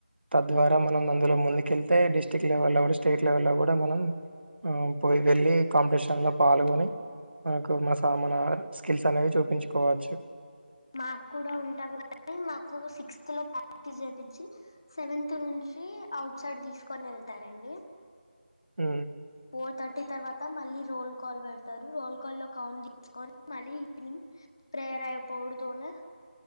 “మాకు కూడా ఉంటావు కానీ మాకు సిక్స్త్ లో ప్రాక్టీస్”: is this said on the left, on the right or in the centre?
Left